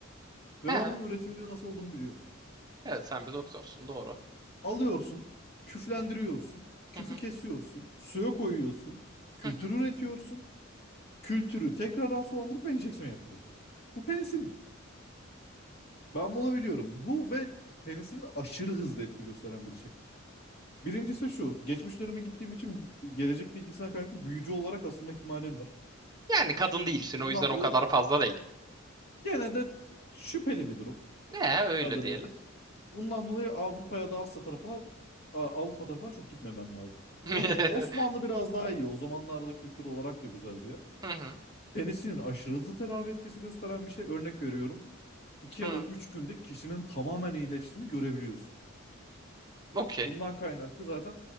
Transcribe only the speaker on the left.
Ve
ben bunun üretiminin nasıl olduğunu biliyorum.
Alıyorsun, küflendiriyorsun,
küfü
kesiyorsun, suya koyuyorsun, kültür
üretiyorsun, kültürü tekrardan sulandırıp enjeksiyon yapıyorsun. Bu penisilin. Ben bunu biliyorum. Bu ve penisilin aşırı hızlı etki gösteren bir şey. Birincisi şu, geçmiş döneme gittiğim için gelecek bilgisine kaynaklı büyücü olarak asılma ihtimalim var.
Bundan
dolayı
gene de şüpheli bir durum.
adı
nedir? Bundan dolayı Avrupa ya da Asya tarafına A- Avrupa tarafına çok gitmemen lazım. Med-
Osmanlı biraz daha iyi. O zamanlarda kültür olarak da güzel bir yer.
Penisinin aşırı hızlı tedavi etkisi gösteren bir şey. Örnek veriyorum. 2
ya da 3 günde kişinin tamamen iyileştiğini görebiliyorsun.
Bundan kaynaklı zaten